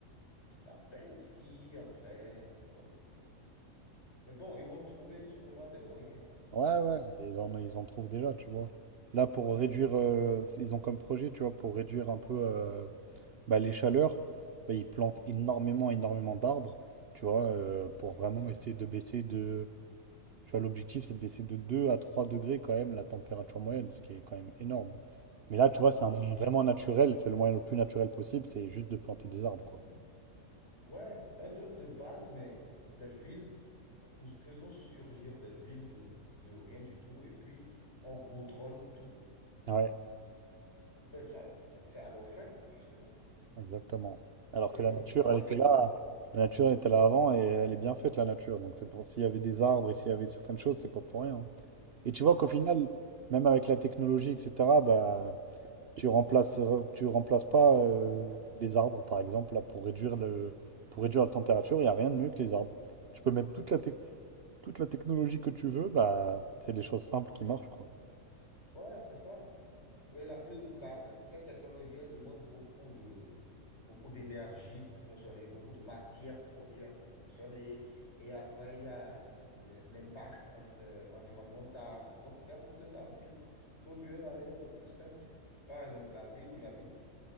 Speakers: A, on the left; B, on the right.
A: ça paye aussi après. Donc, euh, mais bon, ils vont trouver sûrement des moyens,
B: ouais,
A: tu vois.
B: ouais, ils en, ils en trouvent déjà, tu vois. Là, pour réduire, euh, ils ont comme projet, tu vois, pour réduire un peu euh, bah, les chaleurs, bah, ils plantent
A: Mm.
B: énormément, énormément d'arbres, tu vois, euh, pour vraiment
A: Oh,
B: essayer de baisser de Tu vois, l'objectif, c'est de baisser de 2 à 3 degrés quand même la température moyenne, ce qui est quand même énorme. Mais là, tu vois, c'est
A: Waouh.
B: un moyen vraiment naturel, c'est le moyen le plus naturel possible, c'est juste de planter des arbres,
A: Mhm.
B: quoi.
A: Ouais, un truc de base, mais les villes, nous faisons surgir des villes de, de rien du tout, et puis on goudronne tout
B: Ouais,
A: Ben, ça- ça- c'est à nos frais, justement.
B: exactement. Alors
A: Et
B: que
A: il
B: la
A: faut-
B: nature,
A: voilà,
B: elle
A: il
B: était
A: faut.
B: là, la nature était là avant et elle est bien faite, la nature. Donc c'est pour s'il y avait des arbres et s'il y avait certaines choses, c'est pas pour rien. hein. Et tu vois qu'au
A: Ouais,
B: final, même avec la technologie, etc., bah Tu remplaces, tu remplaces pas euh, les arbres, par exemple, là, pour réduire le, pour réduire la température, il n'y a rien de mieux que les arbres. Tu peux mettre toute la, tec- toute la technologie que tu veux, bah, c'est des choses simples qui marchent, quoi.
A: ouais, c'est ça. Et la plus, la, cette technologie, elle demande beaucoup de, beaucoup d'énergie pour fonctionner, beaucoup de matières premières pour fonctionner. Et après, il y a le- l'impact en- euh, environnemental. Donc, il y a tout un tas de trucs. Il vaut mieux aller au plus simple. Par exemple, la ville où j'habite,